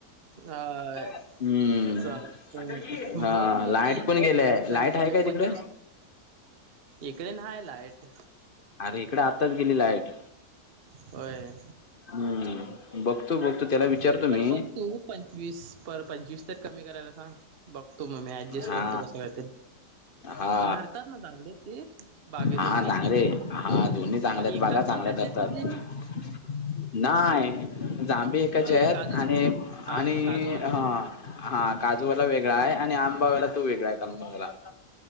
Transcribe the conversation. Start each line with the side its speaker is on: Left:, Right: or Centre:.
Right: अ
Left: हम्म
Right: चालतंय
Left: हा
Right: बघ मग
Left: लाईट
Right: ती
Left: पण
Right: बघ
Left: गेलेय
Right: तरी
Left: लाईट
Right: पण कमी
Left: आहे काय तिकडे?
Right: पंचवीस इकडे नाय लाईट.
Left: अरे इकडे आत्ताच गेली लाईट
Right: होय
Left: हम्म बघतो बघतो त्याला विचारतो
Right: तरी पण
Left: मी
Right: बघ तू पंचवीस बर पंचवीस तर कमी करायला सांग बघतो मग मी ऍडजस्ट
Left: हा
Right: करतो कसं काहीतरी
Left: हा
Right: पण धरतात ना चांगले ते बागे
Left: हा
Right: दोन्ही
Left: चांगले हा दोन्ही चांगल्यात
Right: पण एकाच
Left: बघा
Right: मालकाचे
Left: चांगल्यात आता
Right: आहेत कि
Left: <unintelligible>
Right: ते
Left: नाही आंबे एकाचे
Right: ते
Left: आहेत
Right: काजू
Left: आणि
Right: हा
Left: आणि
Right: काजूवाला
Left: ह
Right: वेगळे
Left: हा काजूवाला वेगळा आहे आणि आंबावाला तो वेगळा आहे कलमंगलावाला